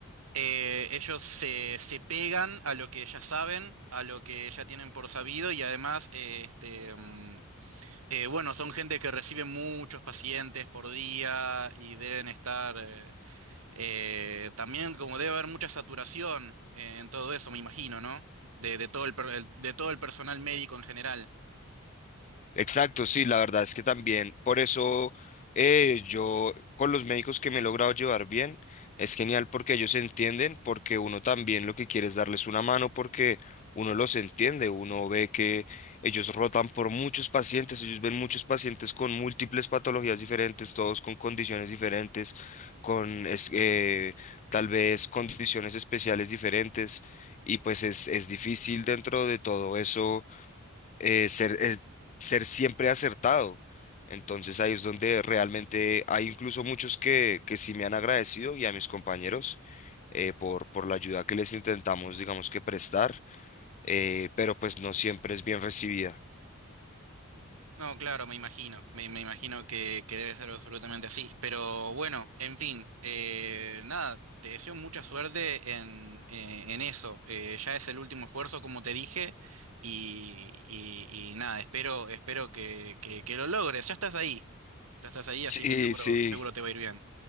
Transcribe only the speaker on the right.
eh, ellos se, se pegan a lo que ya saben, a lo que ya tienen por sabido y además, eh, este... mm, Eh, bueno, son gente que recibe muchos pacientes por día y deben estar eh, eh, también como debe haber mucha saturación eh, en todo eso, me imagino, ¿no? De, de todo el, per- el- de todo el personal médico en general.
No, claro, me imagino, me, me imagino que, que debe ser absolutamente así. Pero bueno, en fin, eh, nada, te deseo mucha suerte en, eh, en eso. Eh, ya es el último esfuerzo, como te dije, y, y- y nada, espero, espero que, que, que lo logres. Ya estás ahí, ya estás ahí, así
que seguro,
seguro te va a ir bien.